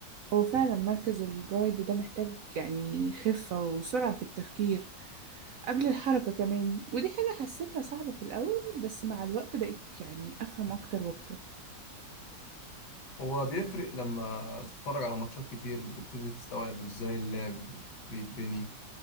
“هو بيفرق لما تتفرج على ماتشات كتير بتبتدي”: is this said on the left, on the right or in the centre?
Left